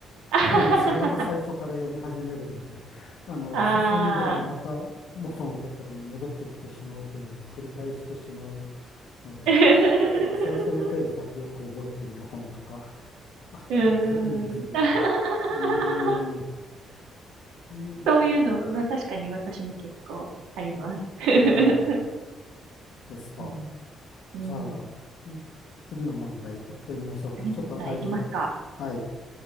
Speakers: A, on the right (about 85°); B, on the left (about 65°).
A: あははは
B: あの、さい、また最初から読み始めるので、あの、
A: は
B: 進んでもまた元のところに戻ってきてしまうというのを繰り返してしまう
A: <laughs> あ
B: ので、
A: ー。
B: あの、最初のページだけよく覚えている本とか、
A: <laughs>
B: あったりするんですが。
A: うーん。<laughs>
B: うーん、うん、
A: そういうの、
B: そうです。
A: まあ、確かに私も結構あります。<laughs>
B: うーん、ですか。
A: うん、うん
B: じゃあ、うん次の問題行ってみましょうか。
A: 次の問題いきますか。
B: ちょっとだいぶ、はい、